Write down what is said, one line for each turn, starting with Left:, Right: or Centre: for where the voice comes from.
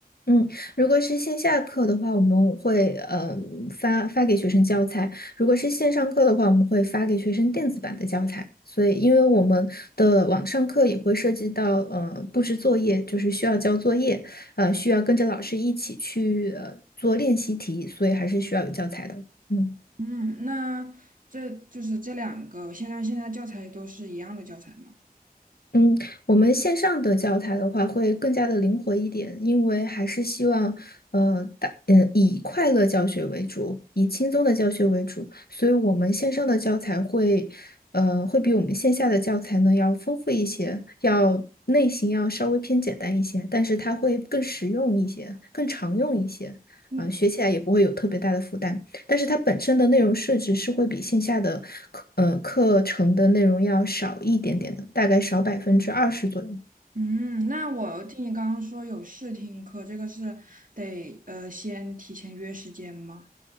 Left: 嗯，如果是线下课的话，我们会呃发发给学生教材；如果是线上课的话，我们会发给学生电子版的教材。所以，因为我们的网上课也会涉及到呃布置作业，就是需要交作业，呃需要跟着老师一起去呃做练习题，所以还是需要有教材的。嗯。
Right: 嗯，那这就是这两个线上线下教材都是一样的教材吗？
Left: 嗯，我们线上的教材的话会更加的灵活一点，因为还是希望，呃，大，嗯，以快乐教学为主，以轻松的教学为主，所以我们线上的教材会，呃，会比我们线下的教材呢要丰富一些，要类型要稍微偏简单一些，但是它会更实用一些，更常用一些，
Right: 嗯
Left: 啊，学起来也不会有特别大的负担。但是它本身的内容设置是会比线下的课呃课程的内容要少一点点的，大概少百分之二十左右。
Right: 嗯，那我听你刚刚说有试听课，这个是得呃先提前约时间吗？